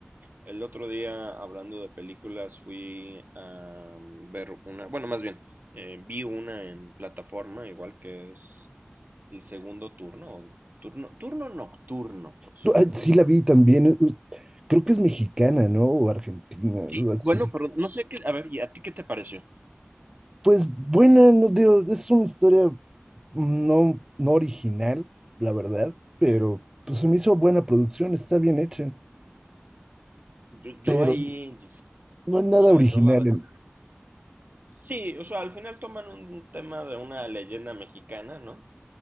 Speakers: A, on the right; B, on the right.
A: El otro día, hablando de películas, fui a ver una, bueno, más bien, eh, vi una en plataforma, igual que es el segundo turno, turno, turno nocturno, por cierto.
B: Tú- ah, Sí la vi también. uh, Creo que es mexicana, ¿no? O argentina, algo
A: Sí.
B: así.
A: Bueno, pero no sé qué, a ver, ¿y a ti qué te pareció?
B: Pues buena, no digo, es una historia no, no original, la verdad, pero pues se me hizo buena producción, está bien hecha,
A: Yo, yo
B: pero
A: ahí, dif-
B: no es nada
A: o sea,
B: original.
A: yo la verdad. Sí, o sea, al final toman un tema de una leyenda mexicana, ¿no?